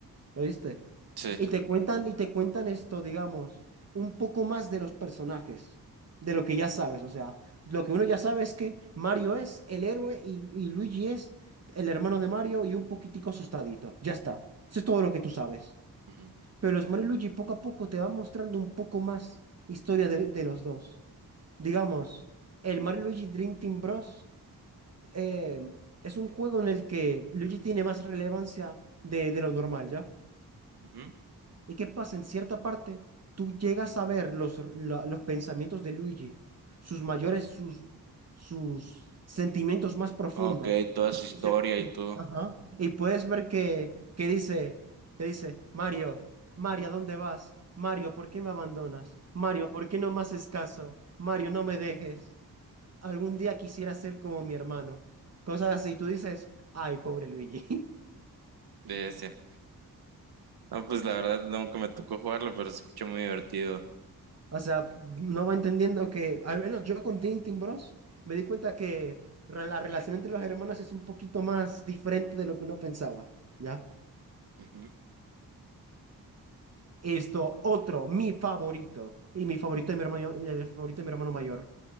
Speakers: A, on the right; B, on the right.
A: ¿Oíste?
B: Sí.
A: Y te cuentan, y te cuentan esto, digamos, un poco más de los personajes, de lo que ya sabes. O sea, lo que uno ya sabe es que Mario es el héroe y, y Luigi es el hermano de Mario y un poquitico asustadito. Ya está. Eso es todo lo que tú sabes.
B: Ujú,
A: Pero los Mario y Luigi poco a poco te van mostrando un poco más historia de, de los dos. Digamos, el Mario y Luigi Dream Team Bros. eh, es un juego en el que Luigi tiene más relevancia de, de lo normal, ¿ya?
B: ujú.
A: ¿Y qué pasa? En cierta parte, tú llegas a ver los, la- los pensamientos de Luigi, sus mayores, sus, sus sentimientos más profundos.
B: Ok, toda su historia
A: Y, se- y-
B: y todo
A: ajá, y puedes ver que, que dice, que dice, Mario, Mario, ¿a dónde vas? Mario, ¿por qué me abandonas? Mario, ¿por qué no me haces caso? Mario, no me dejes. Algún día quisiera ser como mi hermano. Cosas así. Tú dices, ay, pobre Luigi. <laughs>
B: de ese. No, pues la verdad nunca me tocó jugarlo, pero se escucha muy divertido.
A: O sea, no va entendiendo que, al menos yo con Tintin Bros, me di cuenta que re- la relación entre los hermanos es un poquito más diferente de lo que uno pensaba, ¿ya?
B: Ujú.
A: Esto, otro, mi favorito, y mi favorito de mi hermano, el favorito de mi hermano mayor,